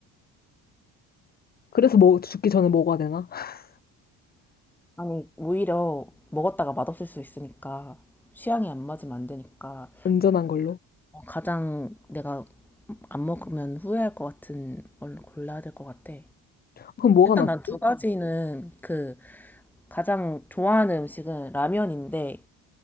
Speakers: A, on the left; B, in the centre.
A: 그래서 뭐 죽기 전에 먹어야 되나? <laughs>
B: 아니, 오히려 먹었다가 맛없을 수 있으니까 취향이 안 맞으면 안 되니까
A: 안전한 걸로.
B: 어, 가장 내가 안 먹으면 후회할 것 같은 걸 골라야 될 것 같아.
A: 그럼 뭐가
B: 일단
A: 낫지?
B: 난 두 가지는 그 가장 좋아하는 음식은 라면인데